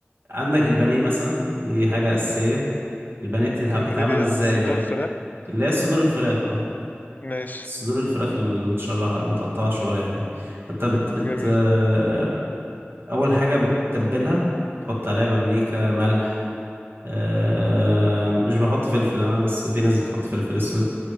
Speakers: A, on the right; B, on the left.
A: عندك البانيه مثلا دي حاجة أساسية البانيه بتتع-
B: المنيل
A: بيتعمل
B: هي
A: إزاي
B: صدور
A: بقى
B: فراخ
A: اللي هي صدور الفراخ اه
B: ماشي
A: صدور الفراخ المتشرحة المتقطعة شرايح دي فانت بت بت
B: جميل
A: آه، أول حاجة بتتبلها تحط عليها بابريكا ملح آه، مش بحط فلفل أنا بس في ناس بتحط فلفل أسود